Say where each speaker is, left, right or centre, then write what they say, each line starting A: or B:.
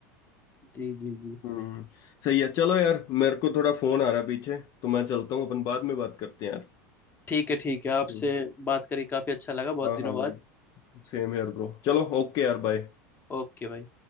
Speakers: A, on the left (about 20°); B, on the left (about 50°).
A: जी जी जी
B: हम्म सही है चलो यार मेरे को थोड़ा फोन आ रहा है पीछे तो मैं चलता हूँ अपन बाद में बात करते हैं यार
A: ठीक है ठीक है आपसे
B: हम्म।
A: बात करके काफी अच्छा लगा बहुत
B: हाँ
A: दिनों
B: हाँ भाई
A: बाद
B: सेम यार ब्रो चलो ओके यार बाय
A: ओके भाई